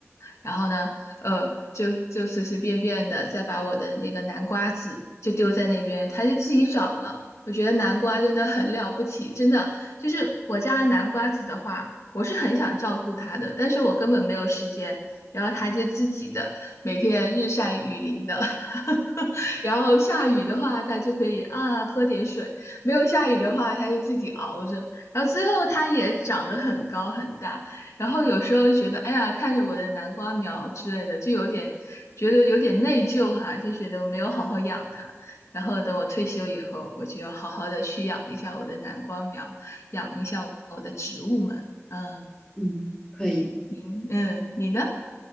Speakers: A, on the left; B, on the left.
A: 然后呢，呃，就就随随便便的再把我的那个南瓜籽就丢在那边，它就自己长了。我觉得南瓜真的很了不起，真的就是我家的南瓜籽的话，我是很想照顾它的，但是我根本没有时间。然后它就自己的每天日晒雨淋的，<laughs> 然后下雨的话，它就可以啊喝点水；没有下雨的话，它就自己熬着。然后最后它也长得很高很大，然后有时候就觉得，哎呀，看着我的南瓜苗之类的，就有点觉得有点内疚哈，就觉得我没有好好养它。然后等我退休以后，我就要好好的去养一下我的南瓜苗，养一下我的植物们。嗯，
B: 嗯，可以。
A: 你嗯，你呢？